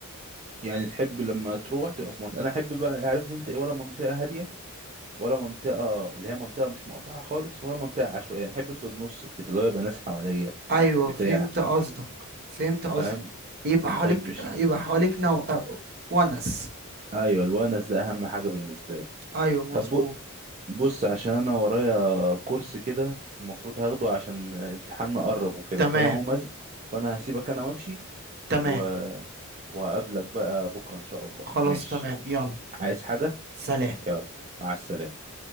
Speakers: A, on the right (about 30°); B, on the right (about 45°).
A: يعني تحب لما تروح تبقى في منطقة انا احب بقى عارف انت ايه ولا منطقة هادية ولا منطقة اللي هي منطقة مش مقطوعة خالص ولا منطقة عشوائية أنا أحب في النص كده اللي هو يبقى ناس حواليا
B: أيوة
A: بتاع
B: فهمت قصدك فهمت
A: فاهم
B: قصدك يبقى حواليك
A: ما أحبش
B: يبقى حواليك نو... آه، ونس
A: أيوة الونس ده أهم حاجة بالنسبة لي
B: أيوة مظبوط
A: طب ب- بص عشان أنا ورايا كورس كده المفروض هاخده عشان امتحاننا قرب وكده
B: تمام
A: فأنا هقوم أز... فأنا هسيبك أنا وأمشي
B: تمام
A: و... وهقابلك بقى بكرة إن شاء الله
B: خلاص
A: ماشي
B: تمام يلا
A: عايز حاجة؟
B: سلام
A: يلا مع السلامة